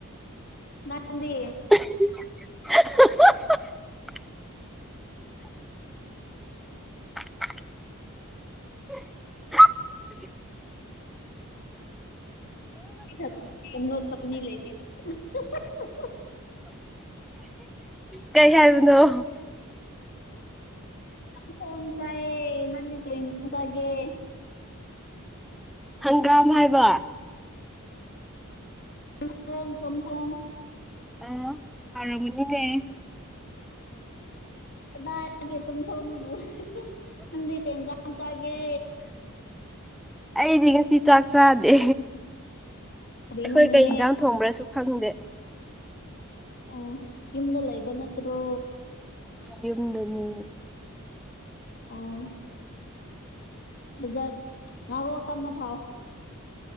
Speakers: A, on the left (about 50°); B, in the centre.
A: ꯅꯪꯗꯤ
B: <unintelligible> <unintelligible>
A: ꯁꯛꯇꯤ ꯅꯣꯛꯇꯕ ꯃꯤ ꯂꯩꯇꯦ꯫ <unintelligible>
B: ꯀꯩ ꯍꯥꯏꯕꯅꯣ꯫
A: ꯆꯝꯊꯣꯡ ꯆꯥꯏꯌꯦ ꯅꯪꯗꯤ ꯀꯔꯤ ꯌꯦꯟꯁꯥꯡ ꯆꯥꯒꯦ꯫
B: ꯍꯪꯒꯥꯝ ꯍꯥꯏꯕ꯫
A: ꯆꯝꯊꯣꯡ ꯆꯝꯊꯣꯡ꯫
B: ꯑꯣ ꯍꯥꯎꯔꯝꯃꯅꯤꯅꯦ꯫
A: ꯀꯗꯥꯏꯒꯦ ꯆꯝꯊꯣꯡꯗꯨꯕꯨ ꯅꯪꯗꯤ ꯀꯩ ꯑꯦꯟꯌꯥꯡ ꯆꯥꯒꯦ꯫
B: ꯑꯩꯗꯤ ꯉꯁꯤ ꯆꯥꯛ ꯆꯥꯗꯦ꯫
A: ꯀꯔꯤꯅꯣꯅꯦ
B: ꯑꯩꯈꯣꯏ ꯀꯩ ꯏꯟꯖꯥꯡ ꯊꯣꯡꯕ꯭ꯔꯁꯨ ꯈꯪꯗꯦ꯫
A: ꯑꯣ ꯌꯨꯝꯗ ꯂꯩꯕ ꯅꯠꯇ꯭ꯔꯣ꯫
B: ꯌꯨꯝꯗꯅꯦ꯫
A: ꯑꯣ꯫ ꯕꯖꯥꯔ ꯉꯥꯒꯣ ꯇꯞꯅ ꯊꯥꯎ